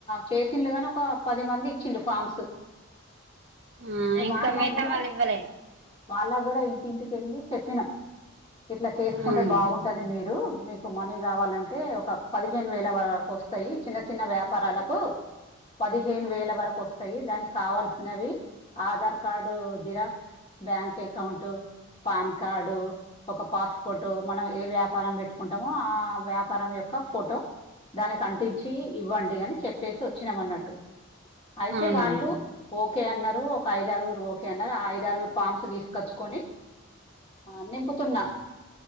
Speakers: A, on the left (about 30°); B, on the right (about 55°).
A: చేసిలు గాని ఒక పది మంది ఇచ్చిడు ఫార్మ్స్
B: ఆ
A: ఇగ
B: ఇంకా
A: వాళకూడా
B: మిగతా వాళ్ళు ఇవ్వలే
A: వాళ్ళగ్గూడా ఇంటింటికి వెళ్లి చెప్పినం ఇట్లా చేసుకుంటే
B: అవును
A: బాగుంటది మీరు మీకు మనీ కావాలంటే ఒక పదిహేను వేల వరకు వస్తు స్తాయ్ చిన్న చిన్న వ్యాపారాలకు పదిహేను వేల వరకు వస్ స్తాయి దానికి కావల్సినవి Aadhaar card xerox bank account PAN card ఒక పాస్పోటొ మనం ఏ వ్యాపారం పెట్టుకుంటామో ఆ వ్యాపారం యొక్క ఫోటో దానికి అంటించి ఇవ్వండి అని చెప్పేసి వచ్చినమన్నట్టు అయితే
B: అవునా
A: వాళ్ళు ఓకే అన్నారు ఒక ఐదారుగురు ఓకే అన్నారు ఆ ఐదారుగురు ఫామ్స్ తీసుకొచ్చుకొని ఆ నింపుతున్నా